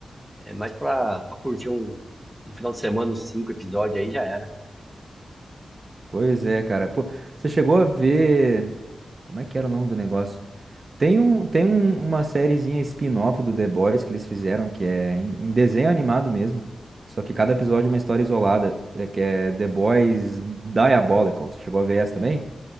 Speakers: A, in the centre; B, on the right.
A: é mais pra, pra curtir um, um final de semana, uns cinco episódios aí já era.
B: Pois é, cara. Pô, você chegou a ver. Como é que era o nome do negócio? Tem, um, tem um- uma sériezinha spin-off do The Boys que eles fizeram, que é em, em desenho animado mesmo. Só que cada episódio é uma história isolada, é, que é The Boys Diabolical. Você chegou a ver essa também?